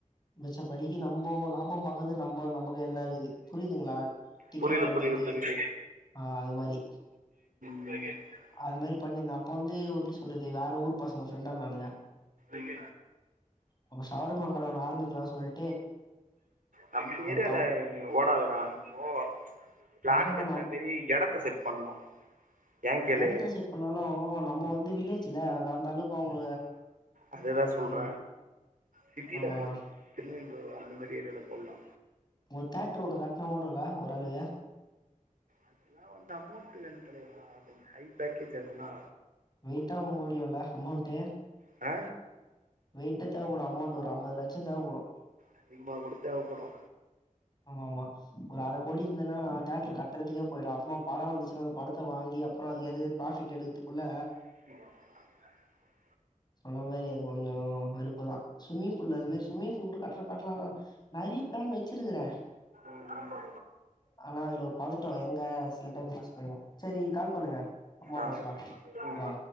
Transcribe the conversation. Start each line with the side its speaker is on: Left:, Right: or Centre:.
Left: மிச்ச படிக்கு நம்ப லாபம் பாகறது நம் நம்ப கையழதா இருக்குது புரியுதுங்களா டிக்கெட்
Right: புரிது
Left: வந்து
Right: புரிது
Left: எடுக்கு
Right: புரிது
Left: ஆ அது மாரி
Right: ம்
Left: அது மாரி பண்ணிருந்த அப்ப வந்து எப்டி சொல்றது வேற ஊரு பசங்க ஃப்ரெண்டா னானுங்க
Right: ம்
Left: அப்ப சருமா கட ஒன்னு ஆரம்பிக்கலா சொல்
Right: நம்ப ஏரியால
Left: பன்
Right: ஓடதுடா இப்போ பிளானுக்கேத்த
Left: ஆஹா நா
Right: மாரி எடத்த செட் பண்ணு ஏன் கேளு
Left: இடத்த செட் பன்னாலு நம்ம வந்து வில்லேஜ்ல அத அந்த அளவுக்கு அவங்க
Right: அததா
Left: ம்
Right: சொல்ற சிட்டியில
Left: ஆமாண்ணா
Right: போடனு திருநென்றூர் அந்த மாரி ஏரியால போடலா
Left: ஒரு தேட்டர் ஒண்ணு கட்ணா ஓடுல ஓர் அளவு
Right: அதெல்லா வந்து அமௌண்ட் வேணு தலைவா கொஞ்ச ஹை பேக்கேஜ் அதெல்லா
Left: வெய்டா முடியுல அமௌண்ட்
Right: ஆ
Left: வெயிட்டா தேவைப்படு அமௌண்ட் ஒரு அம்பது லட்ச தேவப்படு
Right: அதிகமா கூட தேவப்படு
Left: ஆமா ஆமா ஒரு அர கோடி இருந்ததுன்னா தேட்டர் கட்டுறதுக்கே போயிடு அப்பமா படம் வந்துச்சுன்னா அந்த படத்த வாங்கி எப்புற அதுக் அதுக்காவது ப்ராஃபிட் எடுக்கதுக்குள்ள
Right: <unintelligible>
Left: அனா மேரி அது கொஞ்சொ வெருப்பு தா ஸும்மிங் ஃபூல அது மேர் ஸும்மிங் ஃபூ கூட கரட்டா காட்லா நறிய பேன் வெச்சிருகுற
Right: ம் ம்
Left: ஆனா அதுல ஒரு பாதுர் டோ எங்க சில டைம் வாஷ் பெய்டுவோ செரி கால் பண்ணுங்க அம்மா
Right: ஆ
Left: பேஸ்லா
Right: ம்
Left: அ